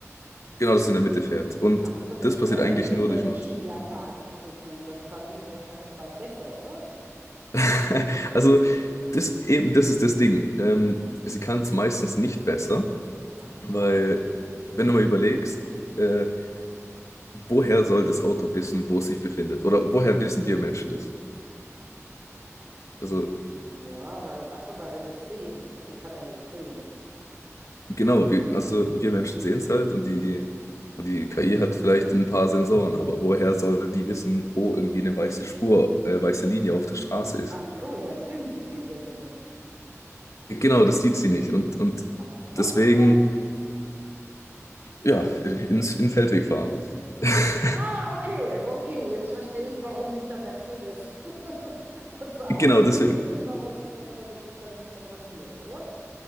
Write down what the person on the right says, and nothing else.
Ach so, das
können
wir
Menschen
ja gar nicht so gut. Das kann die wahrscheinlich dann besser, oder?
Aha.
Mm,
Ja, weil, ach so, weil wir das sehen und die kann ja nichts sehen.
Ach so, ja, stimmt, die sieht ja die nicht.
Aber was macht
sie da?
Ah, okay, okay, jetzt verstehe ich, warum nicht der Mercedes <laughs> dazu ausbilden
will, warum, da- damit das dann nicht mehr passiert, oder?